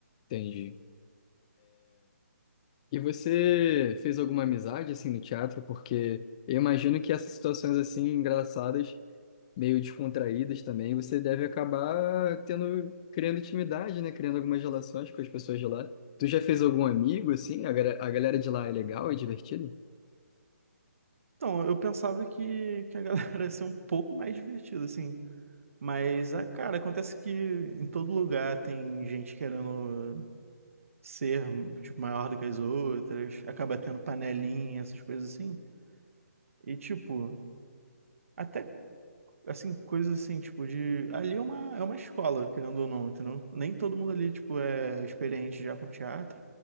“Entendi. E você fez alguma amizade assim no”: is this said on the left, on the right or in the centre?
Left